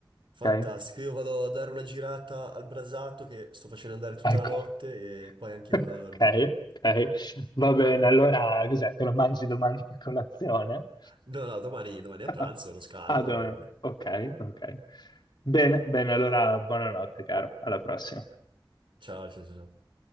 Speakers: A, on the right; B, on the left.
A: Fantastico,
B: Ok?
A: io vado a dare una girata al brasato che sto facendo andare tutta
B: Ecco.
A: la notte
B: <laughs>
A: e poi anch'io
B: Ok,
A: vado a dormire.
B: ok. Va bene. Allora, cos'è? Te lo mangi domani a colazione?
A: No, no, domani, domani a
B: <laughs>
A: pranzo, lo scaldo
B: Ah, domani.
A: e...
B: Ok, ok. Bene, bene. Allora, buonanotte, caro. Alla prossima.
A: Ciao, ciao, ciao. ciao.